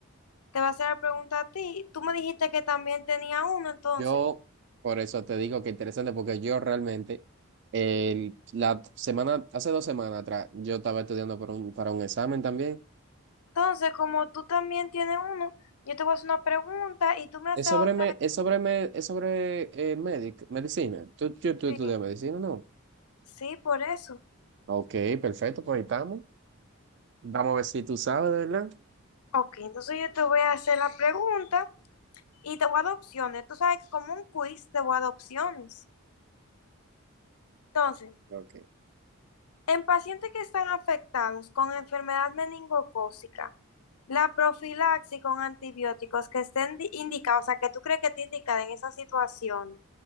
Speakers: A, on the left; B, on the right.
A: te voy a hacer la pregunta a ti, tú me dijiste que también tenía uno, entonces,
B: Yo, por eso te digo que interesante, porque yo realmente, el- la semana, hace dos semanas atrás, yo estaba estudiando para un, para un examen también.
A: entonces como tú también tienes uno, yo te voy a hacer una pregunta y tú me haces
B: Es sobre,
A: otra,
B: me- es sobre, me- es sobre eh, medic- medicina. ¿Tú, tú, tú
A: sí,
B: estudias medicina, no?
A: sí, por eso.
B: Ok, perfecto, pues ahí estamos. Vamos a ver si tú sabes, de verdad.
A: Ok, entonces yo te voy a hacer la pregunta y te voy a dar opciones, tú sabes que como un quiz te voy a dar opciones, entonces.
B: Ok.
A: En pacientes que están afectados con enfermedad meningocócica, la profilaxis con antibióticos que estén di- indicados, o sea, que tú crees que te indican en esas situaciones.